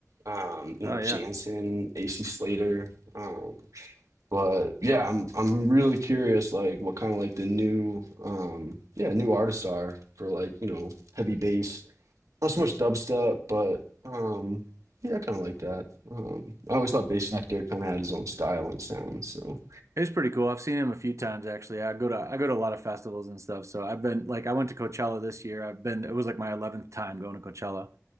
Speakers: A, on the right; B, on the right.
A: um, you
B: Oh
A: know,
B: yeah,
A: Jansen, AC Slater. um. But yeah, I'm I'm really curious like what kind of like the new um yeah, new artists are for like, you know, heavy bass. Not so much dubstep, but um yeah, I kind of like that. Um I always thought Bass Nectar kind of had his own style and sound, so
B: he's pretty cool. I've seen him a few times actually. I go to I go to a lot of festivals and stuff. So I've been like I went to Coachella this year. I've been it was like my 11th time going to Coachella.